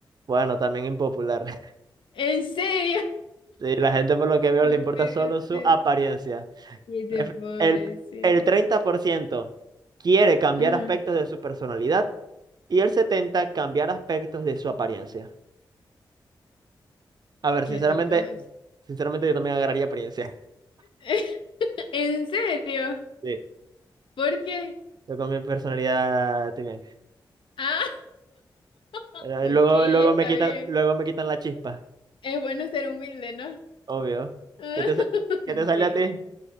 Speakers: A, on the right; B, on the left.
A: Bueno, también impopular. <laughs>
B: ¿En serio? <laughs>
A: Sí, la gente por lo que veo
B: No
A: le importa
B: puede
A: solo su
B: ser.
A: apariencia.
B: ¿Qué te
A: Pref-
B: puedo
A: El,
B: decir?
A: el 30% quiere cambiar
B: Ajá,
A: aspectos de su personalidad y el 70% cambiar aspectos de su apariencia. A ver,
B: ¿Qué
A: sinceramente,
B: te puedo decir?
A: sinceramente yo también agarraría apariencia.
B: <laughs> ¿En serio?
A: Sí.
B: ¿Por qué?
A: Yo con mi personalidad estoy bien.
B: Ah, <laughs>
A: Pero
B: ok,
A: Luego,
B: está
A: luego me quitan,
B: bien.
A: luego me quitan la chispa,
B: Es bueno ser humilde, ¿no?
A: obvio.
B: <laughs>
A: ¿Qué te, sa- qué te sale
B: Sí.
A: a ti?